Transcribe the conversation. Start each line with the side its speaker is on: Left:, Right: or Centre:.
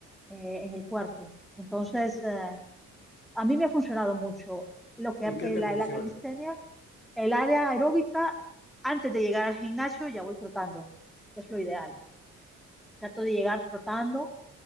Centre: eh, en el cuerpo? Entonces, eh, a mí me ha funcionado mucho lo que
Left: ¿Y qué
Centre: eh,
Left: te
Centre: la,
Left: funciona?
Centre: la calistenia, el área aeróbica, antes de llegar al gimnasio ya voy trotando, es lo ideal trato de llegar trotando